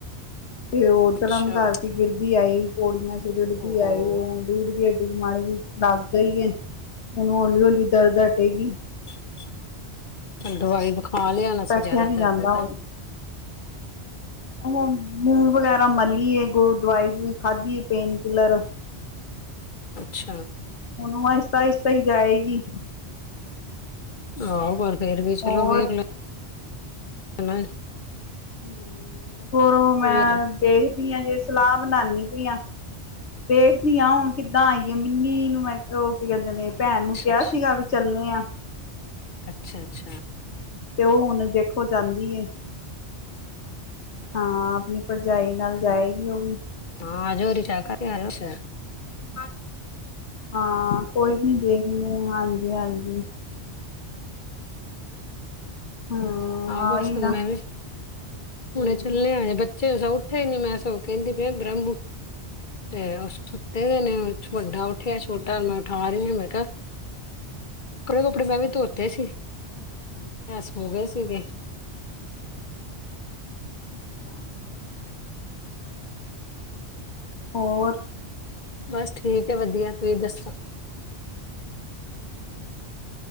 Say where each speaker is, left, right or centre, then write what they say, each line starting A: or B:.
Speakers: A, on the left; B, on the left.
A: ਤੇ ਉਧਰਮ
B: ਅੱਛਾ
A: ਕਰ ਗਿਰਦੀ ਆਈ ਪੌੜੀਆਂ ਚ ਰਿੜਦੀ
B: ਓਹੋ
A: ਆਈ ਉਹ ਰੀੜ ਦੀ ਹੱਡੀ ਚ ਮਾੜੀ ਜੀ ਲਗ ਸਹੀ ਏ ਹੁਣ ਹੌਲੀ-ਹੌਲੀ ਦਰਦ ਹਟੇਗੀ।
B: <unintelligible> ਦਵਾਈ ਵਖ ਹਾਂ, ਲਿਆਣਾ
A: ਬੈਠਿਆ
B: ਸੀ ਜ਼ਿਆਦਾ
A: ਨੀ
B: ਦਰਦ
A: ਜਾਂਦਾ
B: ਐਤਾਂ।
A: ਹੁਣ ਉਹ ਮੂਵ ਵਗੈਰ੍ਹਾ ਮਲੀਐ, ਬਣ ਗੋ ਦਵਾਈ-ਦਵੂਈ ਖਾਧੀਏ ਪੇਨ ਕਿਲਰ
B: ਅੱਛਾ।
A: ਹੁਣ ਆਈ ਸਤਾ ਸਤ ਤਾਂ ਹੀ ਜਾਏਗੀ।
B: ਹਾਂ ਪਰ ਫੇਰ ਵੀ ਚਲੋ
A: ਹੋਰ
B: ਵੇਖ ਲ ਹਨਾਂ।
A: ਹਂ, ਹੋਰ ਮੈਂ
B: ਵੀ ਆ ਜਾਓ
A: ਦੇਖ ਦੀਆਂ ਜੇ ਸਲਾਹ ਬਣਾਉਣੀ ਪਈਆਂ ਦੇਖਦੀਆਂ ਹੁਣ ਕਿੱਦਾਂ ਆਈਏ, ਮਿੰਨੀ ਨੂੰ ਮੈਂ ਉਹ ਕੀ ਕਹਿੰਦੇ ਨੇਂ ਭੈਣ
B: ਅੱਛਾ
A: ਨੂੰ ਕਿਆ
B: ਅੱਛਾ
A: ਸੀਗਾ ਵੀ ਚੱਲੇ ਆਂ।
B: ਅੱਛਾ ਅੱਛਾ।
A: ਤੇ ਉਹ ਹੁਣ ਦੇਖੋ ਜਾਂਦੀ ਐ, ਹਾਂ ਆਪਣੀ ਭਰਜਾਈ ਨਾਲ ਜਾਏਗੀ ਉਹ ਵੀ
B: ਆਜੋ ਰੀਕਸਾ਼ ਕਰਕੇ ਆਜੋ <unintelligible>
A: ਹਾਂ, ਕੋਈ ਨੀ ਦੇਖਣੇ, ਹਾਂਜੀ, ਹਾਂਜੀ। ਹਾਂ
B: ਆਹੋ ਬਸ
A: ਆਹੀ ਨਾ
B: ਹੁਣ ਮੈਂ ਵੀ ਹੁਣੇ
A: ਕੋਈ
B: ਚੱਲੇ
A: ਨੀ
B: ਆ ਅਜੇ ਬੱਚੇ ਸਗੋਂ ਉੱਠੇ ਨੀਂ ਮੈਂ ਸਗੋ ਕਹਿੰਦੀ ਪਈ ਆ ਬ੍ਰਹਮੁ ਬ <unintelligible> ਤੇ ਸੁੱਤੇ ਪਏ ਨੇ ਵੱਡਾ ਉੱਠਿਆ ਛੋਟਾ
A: ਹਾਂ
B: ਮੈਂ ਉਠਾ ਰਹੀ ਆ ਮੈਂ ਕਿਆ ਕਪੜੇ ਕੁੱਪੜੇ ਮੈਂ ਵੀ ਧੋਤੇ ਸੀ।
A: ਅੱਛਾ।
B: ਸੋ ਗਏ ਠੀਕ ਐ।
A: ਅੱਛਾ। ਹੋਰ
B: ਬਸ ਠੀਕ ਐ, ਵਧੀਆ ਤੁਸੀਂ ਦੱਸੋ।
A: ਵਧੀਆ।